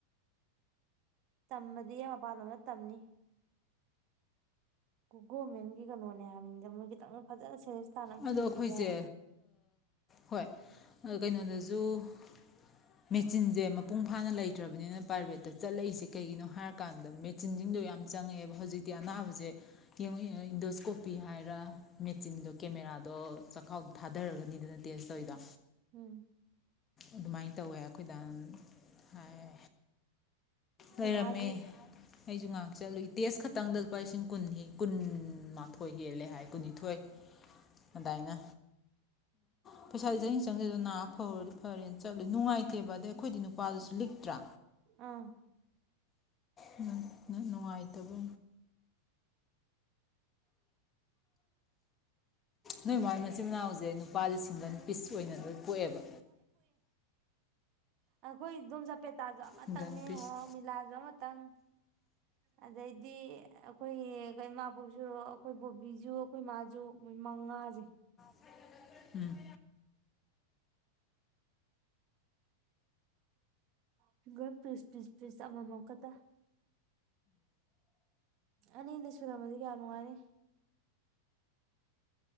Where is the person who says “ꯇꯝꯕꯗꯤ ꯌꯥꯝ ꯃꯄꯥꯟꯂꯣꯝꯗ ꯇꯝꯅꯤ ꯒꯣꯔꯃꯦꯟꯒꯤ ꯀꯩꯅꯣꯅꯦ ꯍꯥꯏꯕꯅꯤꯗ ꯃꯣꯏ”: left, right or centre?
Right